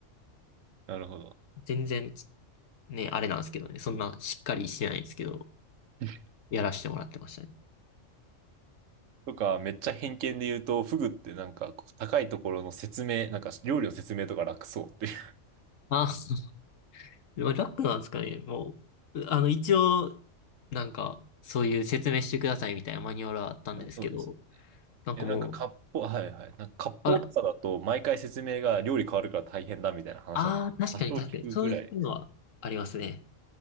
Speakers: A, on the right; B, on the left.
A: <laughs> なるほど。
B: 全然、ね、あれなんですけどね。そんなしっかりしてないんですけど、
A: <laughs>
B: やらせてもらってましたね。
A: とか、めっちゃ偏見で言うと、フグってなんかこう高いところの説明、なんか料理の説明とか楽そうっていう。
B: あ、<laughs> でも楽なんですかね。もう、あの、一応、なんか、そういう説明してくださいみたいなマニュアルはあったんですけど、
A: あ、そうですね
B: なんかもう、
A: え、なんか割烹、はいはい。なんか割烹とかだと、
B: あ、
A: 毎回説明が料理変わるから大変だみたいな話なんで、
B: ああ、確かに確かに、
A: 多少聞くぐらい。
B: そういうのはありますね。